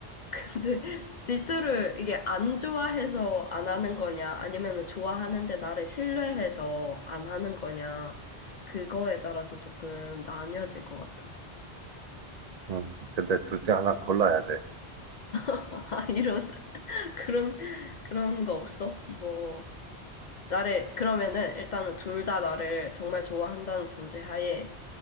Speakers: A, on the left; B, on the right.
A: 근데 <laughs> 질투를 이게 안 좋아해서 안 하는 거냐, 아니면은 좋아하는데 나를 신뢰해서 안 하는 거냐, 그거에 따라서 조금 나뉘어질 것 같아.
B: 음, 근데 둘 중에 하나 골라야 돼.
A: <laughs> 아, 이런, <laughs> 그런, 그런 거 없어? 뭐, 나를, 그러면은 일단은 둘 다 나를 정말 좋아한다는 전제하에